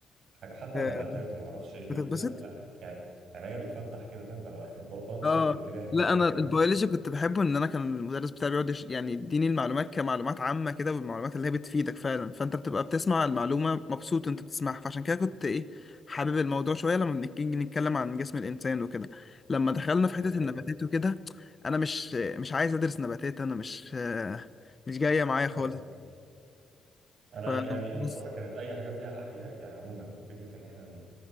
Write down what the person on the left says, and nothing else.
آه،
بتتبسط
اه
لا انا
البيولوجي كنت بحبه ان انا كان المدرس بتاعي بيقعد يش- يعني يديني المعلومات كمعلومات عامه كده والمعلومات اللي هي بتفيدك فعلا فانت بتبقى بتسمع المعلومه مبسوط انت بتسمعها فعشان كده كنت ايه حابب الموضوع شويه لما بنيجي نتكلم عن جسم الانسان وكده لما دخلنا في حته
النباتات وكده انا مش مش عايز ادرس نباتات انا مش مش جايه معايا خالص
ف
بس